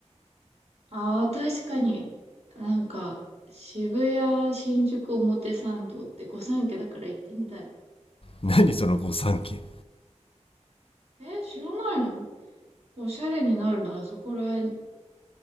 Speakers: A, on the right (about 60°); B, on the left (about 50°).
A: ああ、確かに。なんか、渋谷、新宿、表参道って御三家だから行ってみたい。
B: 何その御三家へ
A: え知らないのおしゃれになるならそこらへん、